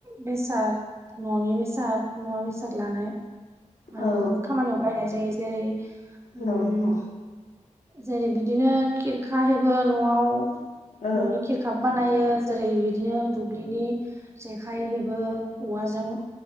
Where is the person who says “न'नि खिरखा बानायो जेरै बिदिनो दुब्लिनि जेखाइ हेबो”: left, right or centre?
Right